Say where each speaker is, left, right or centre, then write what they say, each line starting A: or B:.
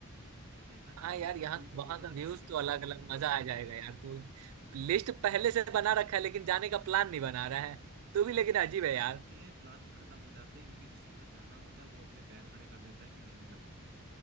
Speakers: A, on the right; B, on the right.
A: मैंने देखा नहीं
B: हाँ
A: कभी
B: यार यहाँ
A: बट कोई
B: वहाँ
A: तो बोल रहा
B: का व्यूज
A: था किसी पिक्चर
B: तो अलग
A: में आया
B: अलग
A: हुआ
B: मजा
A: है
B: आ जाएगा यार तू
A: अ,
B: लिस्ट पहले से बना रखा है लेकिन जाने का प्लान नहीं बना रहा है तू भी लेकिन
A: भाई लिस्ट
B: अजीब है
A: बन
B: यार
A: जाती है प्लान खत्म हो जाते हैं क्योंकि जिसके साथ जाना होता है वो अपने पैर खड़े कर देता है कि मैं नहीं जा पाऊंगा